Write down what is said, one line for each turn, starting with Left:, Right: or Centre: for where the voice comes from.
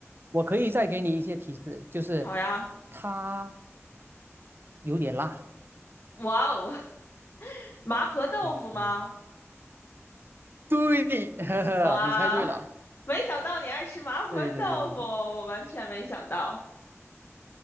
Right: 我可以再给你一些提示，就是
Left: 好呀，
Right: 它有点辣。
Left: 哇哦，<laughs> 麻婆豆腐吗？
Right: 嗯嗯，对，<laughs> 呵呵，
Left: 哇，
Right: 你猜对了。
Left: 没想到你爱吃麻婆豆腐，
Right: 对对对对对，
Left: 我完全没想到。